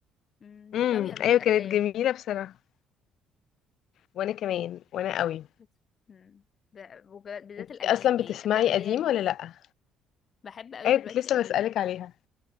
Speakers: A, on the left (about 45°); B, on the left (about 65°).
A: أمم، بحب
B: امم
A: قوي اغاني
B: ايوه
A: الافلام
B: كانت جميله بصراحه وانا كمان وانا قوي
A: بت- أمم، ب- وب- بالذات
B: انت
A: القديم
B: اصلا
A: يعني
B: بتسمعي
A: الافلام اللي
B: قديم
A: هي زمان
B: ولا لا
A: بحب قوي
B: ايوه
A: دلوقتي
B: كنت لسه
A: القديم
B: بسالك عليها